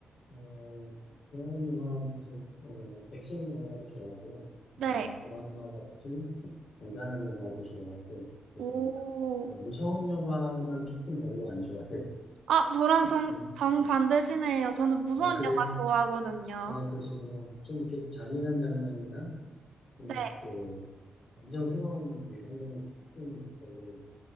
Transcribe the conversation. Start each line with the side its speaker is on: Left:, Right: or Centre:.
Left: 어, 좋아하는 영화 무슨 어, 액션 영화도 좋아하고요.
Right: 네.
Left: 음, 드라마 같은 잔잔한 영화도 좋아하고 그렇습니다.
Right: 오.
Left: 어, 무서운 영화만 조금 별로 안 좋아해요.
Right: 아, 저랑
Left: <laughs>
Right: 정,
Left: 에?
Right: 정반대시네요. 저는 무서운
Left: 아, 그래요?
Right: 영화 좋아하거든요.
Left: 아, 그러시구나. 좀 이렇게 잔인한 장면이나 좀
Right: 네.
Left: 이렇게 감정 흐름 이런 거는 조금 별로.